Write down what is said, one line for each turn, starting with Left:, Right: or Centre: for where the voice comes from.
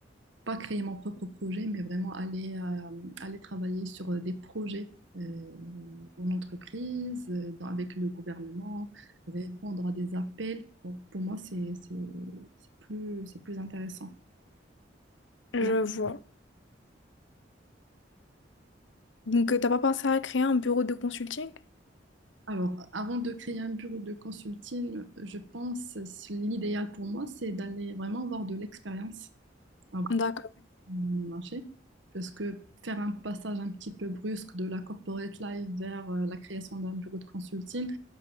Right: pas créer mon propre projet, mais vraiment aller, euh, aller travailler sur euh, des projets euh, en entreprise, euh, dans- avec le gouvernement, répondre à des appels. Donc, pour moi, c'est c'est- c'est plus, c'est plus intéressant.
Left: Je
Right: Voilà.
Left: vois. Donc, euh, t'as pas pensé à créer un bureau de consulting?
Right: Alors, avant de créer un bureau de consulting, je pense euh, l'idéal pour moi, c'est d'aller vraiment avoir de l'expérience avant
Left: D'accord.
Right: de marché. Parce que faire un passage un petit peu brusque de la corporate life vers euh, la création d'un bureau de consulting,